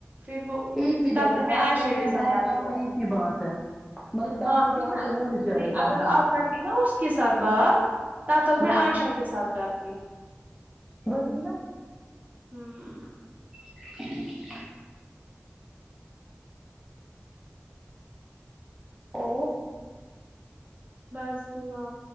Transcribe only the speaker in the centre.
ایک
ہی بات
ہے
آپ
کرو یا
میں
کروں ایک ہی بات ہے مطلب ٹاسک
یہاں
سے ہونی چاہیے
کمپلیٹ
ہاں
وہی نا
<unintelligible> کو